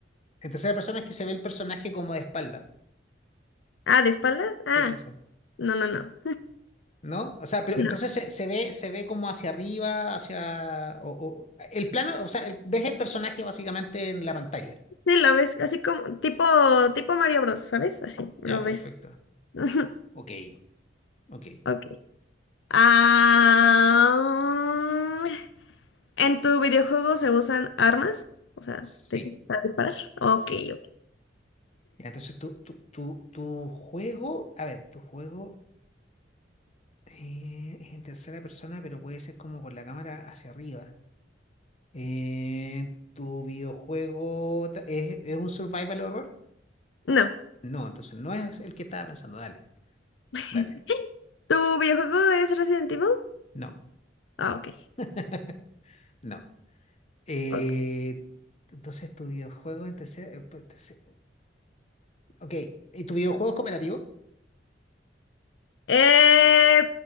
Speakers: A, on the left; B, on the left.
A: en tercera persona es que se ve el personaje como de espalda.
B: Ah, ¿de espaldas? Ah,
A: Sí, sí, sí.
B: no, no, no.
A: ¿No? O sea, pero
B: No.
A: entonces se, se ve, se ve como hacia arriba, hacia... O, o- el plano, o sea, el- ves el personaje básicamente en la pantalla.
B: Sí, lo ves así como tipo, tipo Mario Bros, ¿sabes? Así, lo
A: Ya, perfecto.
B: ves. <laughs>
A: Ok, ok.
B: Ok. Ah, ¿en tu videojuego se usan armas? O sea,
A: Sí,
B: te- para disparar. Ok,
A: sí.
B: ok.
A: Ya, entonces tu, tu, tu, tu juego, a ver, tu juego eh, es en tercera persona, pero puede ser como con la cámara hacia arriba. Eh, ¿tu videojuego ta- es, es un survival horror?
B: No.
A: No, entonces no es el que estaba pensando. Dale,
B: <laughs>
A: dale.
B: ¿Tu videojuego es Resident Evil?
A: No.
B: Ah, ok.
A: <laughs> No. Eh,
B: ok.
A: entonces, tu videojuego en tercer- eh, pues, tercer- Ok. ¿Y tu videojuego es cooperativo?
B: Eh,